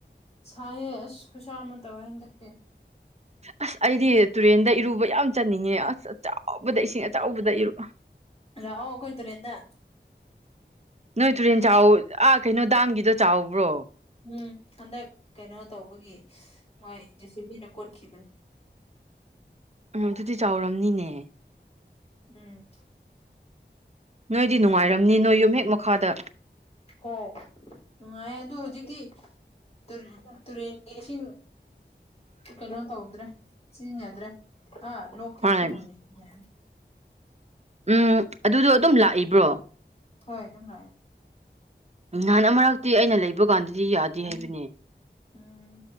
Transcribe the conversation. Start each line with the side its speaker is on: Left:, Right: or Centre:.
Left: ꯁꯥꯏꯍꯦ ꯑꯁ ꯈꯨꯠꯁꯥ ꯑꯃ ꯇꯧꯋꯦ ꯍꯟꯗꯛꯇꯤ
Right: ꯑꯁ ꯑꯩꯗꯤ ꯇꯨꯔꯦꯟꯗ ꯏꯔꯨꯕ ꯌꯥꯝ ꯆꯟꯅꯤꯡꯉꯦ ꯑꯁ ꯑꯆꯥꯎꯕꯗ ꯏꯁꯤꯡ ꯑꯆꯧꯕꯗ ꯏꯔꯨ
Left: ꯂꯥꯑꯣ ꯑꯈꯣꯏ ꯇꯨꯔꯦꯟꯗ
Right: ꯅꯣꯏ ꯇꯨꯔꯦꯟ ꯆꯥꯎ ꯑꯥ ꯀꯩꯅꯣ ꯗꯥꯝꯒꯤꯗꯣ ꯆꯥꯎꯕ꯭ꯔꯣ
Left: ꯎꯝ ꯍꯟꯗꯛ ꯀꯩꯅꯣ ꯇꯧꯕꯒꯤ ꯃꯣꯏ ꯖꯦꯁꯤꯕꯤꯅ ꯀꯣꯠꯈꯤꯕꯅꯦ
Right: ꯎꯝ ꯑꯗꯨꯗꯤ ꯆꯥꯎꯔꯝꯅꯤꯅꯦ
Left: ꯎꯝ
Right: ꯅꯣꯏꯗꯤ ꯅꯨꯡꯉꯥꯏꯔꯝꯅꯤ ꯅꯣꯏ ꯌꯨꯝ ꯍꯦꯛ ꯃꯈꯥꯗ
Left: ꯍꯣꯏ ꯅꯨꯡꯉꯥꯏ ꯑꯗꯨ ꯍꯧꯖꯤꯛꯇꯤ ꯇꯨꯔ ꯇꯨꯔꯦꯟꯒꯤ ꯏꯁꯤꯡ ꯀꯩꯅꯣ ꯇꯧꯗ꯭ꯔꯦ ꯁꯤꯖꯤꯟꯅꯗ꯭ꯔꯦ ꯑꯥ ꯂꯣꯛꯀꯤ
Right: ꯍꯣꯏ
Left: ꯏꯁꯤꯡ ꯑꯣꯏꯅ ꯁꯤꯖꯤꯟꯅꯔꯦ
Right: ꯎꯝ ꯑꯗꯨꯗꯣ ꯑꯗꯨꯝ ꯂꯥꯛꯏꯕ꯭ꯔꯣ
Left: ꯍꯣꯏ ꯑꯗꯨꯝ ꯂꯥꯛꯑꯦ
Right: ꯅꯍꯥꯟ ꯃꯔꯛꯇꯤ ꯑꯩꯅ ꯂꯩꯕ ꯀꯥꯟꯗꯗꯤ ꯌꯥꯗꯦ ꯍꯥꯏꯕꯅꯦ
Left: ꯎꯝ